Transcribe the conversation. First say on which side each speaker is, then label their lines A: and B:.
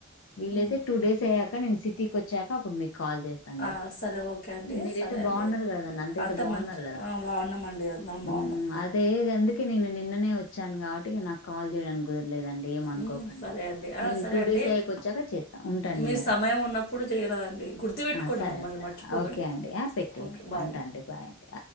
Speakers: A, on the left; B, on the left.
A: ఉమ్.
B: లేద టూ డేస్ అయ్యాక నేను సిటీకి వచ్చాక అప్పుడు కాల్ చేస్తాఅండి
A: ఆ, సరే ఓకే అండి
B: మీరయితే
A: సరే అండి
B: బాగున్నారు కదన్న అంత
A: అంతా
B: అయితే బాగున్నారు
A: మంచి
B: కదా
A: ఆ, బాగున్నామండి అందరం
B: హ్మ్
A: బాగున్నాం
B: అదే అందుకే నేను నిన్ననే వచ్చాను కాబట్టి నాకు కాల్ చేయడానికి కుదర్ లేదండి ఏమనుకోకండి
A: ఉమ్, సరే అండి ఆ,
B: నేను
A: సరే
B: టూ
A: అండి
B: డేస్ అయక వచ్చాక చేస్తా ఉంటండి
A: మీ
B: మరి
A: సమయం ఉన్నప్పుడు చేయరాదండి గుర్తుపెట్టుకోండి
B: ఆ సరే
A: మమ్మల్ని
B: అండి
A: మర్చిపోకండి
B: ఓకే అండి ఆ పెట్టడి
A: ఓకే బాయ్
B: ఉంటా అండి బాయ్ అండి